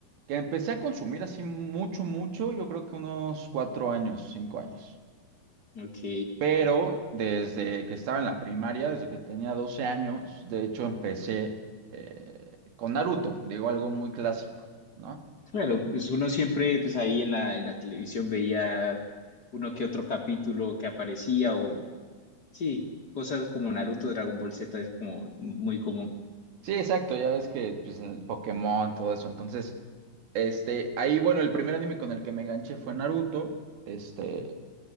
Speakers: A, on the right; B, on the left.
A: que empecé a consumir así mucho, mucho, yo creo que unos cuatro años, cinco años.
B: Ok.
A: Pero desde que estaba en la primaria, desde que tenía 12 años, de hecho empecé eh, con Naruto, digo algo muy clásico, ¿no?
B: Claro, pues uno siempre, pues ahí en la, en la televisión veía uno que otro capítulo que aparecía o, sí, cosas como Naruto, Dragon Ball Z es como muy común.
A: Sí, exacto, ya ves que pues, el Pokémon, todo eso. Entonces, este, ahí, bueno, el primer anime con el que me enganché fue Naruto. Este.